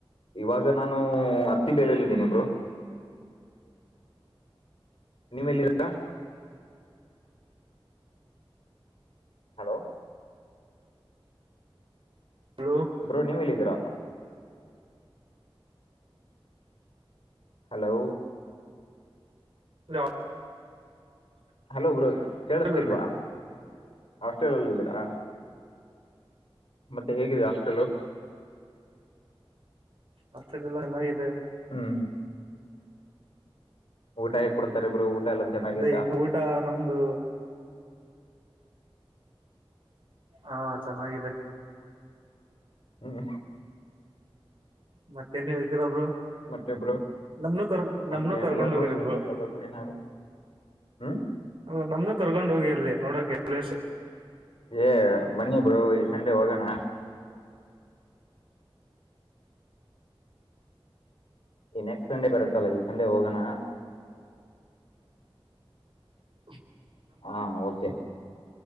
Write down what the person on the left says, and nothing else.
ಇವಾಗ ನಾನು ಹತ್ತಿಬೆಲ ಅಲ್ಲಿ ಇದೇನಿ ಬ್ರೋ. ನಿಮ್ಮ ಎಲ್ಲಿದ್ದೀರಾ. ಹಲೋ.
ಬ್ರೋ ನೀವ ಎಲ್ಲಿದಿರ. ಹಲೋ.
ಹಲೋ ಬ್ರೋ ಕೇಳಿಸ್ತಿಲ್ವಾ
ಹಾಸ್ಟೆಲಲ್ಲ ಇದ್ದೀರಾ. ಮತ್ತೆ ಹೇಗಿದೆ ಹಾಸ್ಟೆಲು.
ಹ್ಮ್ ಊಟ ಹೇಗೆ ಕೊಡ್ತಾರೆ ಬ್ರೋ ಊಟ ಎಲ್ಲ ಚೆನ್ನಾಗೈತಾ
ಹ್ಮ್
ಮತ್ತೆ ಬ್ರೋ
ಮತ್ತೇ
ಏನಲ್ಲ
ಬ್ರೋ
ನೀನೇ ಹೇಳ್ಬೇಕು ಏನಾದರು ಹ್ಮ್.
ಏ ಬನ್ನಿ ಬ್ರೋ ಈ ಸಂಡೆ ಹೋಗೋಣ. ಈ ನೆಕ್ಸ್ಟ್ ಸಂಡೆ ಬರುತ್ತಲ್ಲ ಈ ಸಂಡೆ ಹೋಗೋಣ.
ಹಾ ಓಕೆ